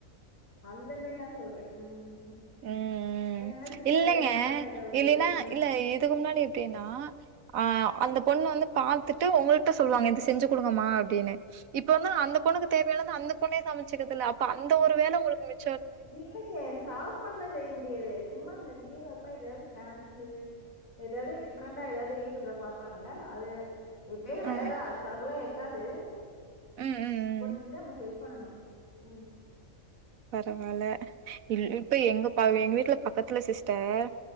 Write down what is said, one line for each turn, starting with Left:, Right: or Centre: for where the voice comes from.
Left: அந்த மேரி நா சொல்றே ம்
Right: ம், ம்,
Left: என்னன்னா சிக்கன்ல
Right: இல்லங்க
Left: ஏதாவது டிஃபரண்டா ஏதாவது
Right: இல்லின்னா
Left: அ
Right: இல்ல இதுக்கு முன்னாடி எப்டின்னா அ அந்த பொண்ணு வந்து பாத்துட்டு உங்கள்ட்ட சொல்லுவாங்க இது செஞ்சு குடுங்கம்மா அப்டின்னு இப்ப வந்து அந்த பொண்ணுக்கு தேவையானது அந்த பொண்ணே சமைச்சுக்குதுல்ல அப்ப அந்த ஒரு வேல உங்களுக்கு மிச்
Left: இல்லையே சாப்பாடுலா செய் முடியாது சும்மா அந்த லீவ் அப்ப எதாவது ஸ்நாக்ஸு எதாவது டிஃப்ரெண்டா எதாவது யூடியூப்ல பாப்பாங்கல்ல அது எப்பயோ
Right: ஆ
Left: ரேரா
Right: ம்
Left: ஸ்டவ்லா எ ட்டாது
Right: ம் ம்
Left: கூட நிண்டு நம்ம ஹெல்ப் பண்ணணு, ம்
Right: பரவால்ல இல் இப்ப எங்க பாவ எங்க வீட்ல பக்கத்துல சிஸ் டர்